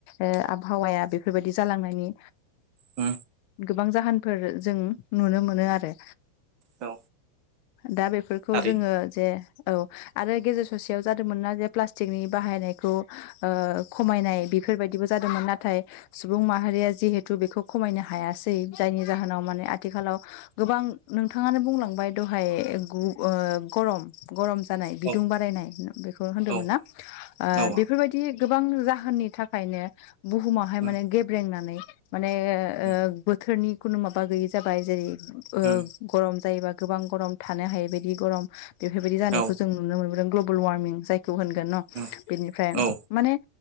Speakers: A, on the left; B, on the right.
A: ओ आबहावाया बेफोरबायदि जालांनायनि
B: ओ
A: गोबां जाहोनफोर जों नुनो मोनो आरो
B: औ
A: दा बेफोरखौ
B: थारैनो
A: जोङो जे औ आरो गेजेर ससेयाव जादोंमोन ना जे प्लास्टिकनि बाहायनायखौ ओ खमायनाय बेफोरबायदिबो जादोंमोन नाथाय सुबुं माहारिया जिहेथु बेखौ खमायनो हायासै जायनि जाहोनाव माने आथिखालाव गोबां नोंथाङानो बुंलांबाय दहाय गु ओ गरम गरम जानाय बिदुं
B: औ
A: बारायनाय बेखौ होनदोंमोन
B: औ
A: ना ओ
B: औ आब'
A: बेफोरबायदि गोबां जाहोननि थाखायनो बुहुमावहाय
B: उम
A: माने गेब्रेंनानै माने ओ
B: उम
A: बोथोरनि खुनु माबा गैयि जाबाय जेरै ओ
B: उम
A: गरम जायोबा गोबां गरम थानो हायै बायदि गरम बेफोरबायदि जानायखौ
B: औ
A: जों नुनो मोनबोदों ग्लबेल वार्मिं जाय खौ होनगोन न'
B: उम
A: बिनिफ्राय
B: औ
A: माने